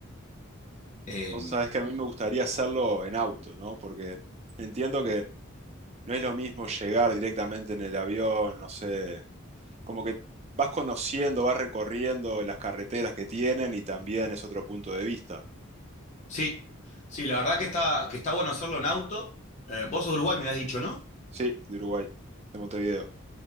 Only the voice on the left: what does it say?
Eh,
sí, sí, la verdad que está, que está bueno hacerlo en auto. Eh, vos sos de Uruguay, me habías dicho, ¿no?